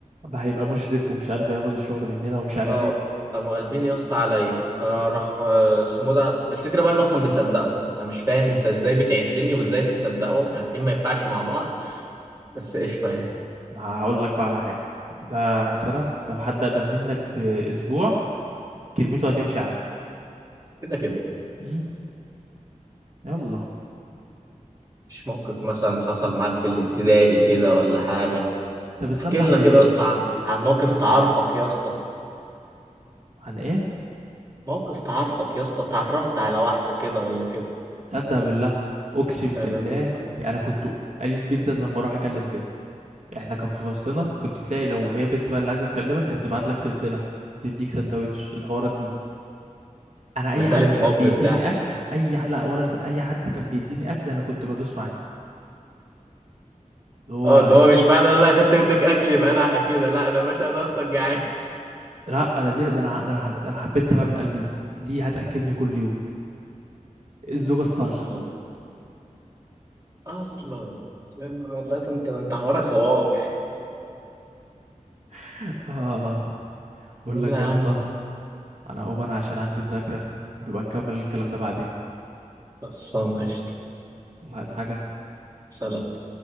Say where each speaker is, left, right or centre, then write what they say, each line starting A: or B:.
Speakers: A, on the right (about 60°); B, on the right (about 25°).
A: ده هيبقى مشرف ومش عارف هياخد الشغل مننا ومش عارف
B: اه
A: ايه
B: قاموا قلبين يا اسطى عليا فراح
A: مم.
B: آه، اسمه ده الفكره بقى ان هو كان بيصدقهم انا مش فاهم انت ازاي بتعزني وازاي بتصدقهم حاجتين ما ينفعش مع بعض بس قشطه يعني
A: ما هقول لك بقى على حاجه ده مثلا لو حد اقدم منك باسبوع كلمته هتمشي
B: <laughs> كده كده
A: عنه يلا
B: مش موقف مثلا حصل معاك في الابتدائي كده ولا حاجة
A: انت بتلمع
B: احكي لنا
A: لإيه
B: كده يا
A: يا
B: اسطى
A: اسطى
B: عن عن موقف تعرفك يا اسطى
A: عن ايه
B: موقف تعرفك يا اسطى تعرفت على واحدة كده ولا كده
A: صدق بالله اقسم
B: لا
A: بالله
B: لا لا لا
A: يعني انا كنت قليل جدا لما اروح اكلم بنت احنا كان في فصلنا كنت تلاقي لو هي بنت بقى اللي عايزه تكلمك كانت تبعت لك سلسله تديك سندوتش الحوارات دي انا اي
B: رسالة
A: حد كان
B: حب
A: بيديني
B: بتاع
A: اكل اي ح- لا ولا رس... اي حد كان بيديني اكل انا كنت بدوس معاه اللي هو
B: اه اللي
A: دي...
B: هو مش معنى ان انا اخدت منك اكل يبقى انا كده لا انا باشا انا اصلا جعان
A: لا ده دي... ده انا ده انا, حب... ده أنا حبيتها بقى من قلبي دي دي هتاكلني كل يوم الزوجه الصالحه
B: <laughs> اصلا اصلا يا نهار لا ده انت ده انت حوارك حوار
A: <laughs> اه بقول
B: يلا
A: لك
B: يا
A: يا اسطى
B: عم
A: انا هقوم انا عشان عندي مذاكرة ونبقى نكمل الكلام ده بعدين
B: خلصانة قشطة
A: الله عايز حاجة
B: سلام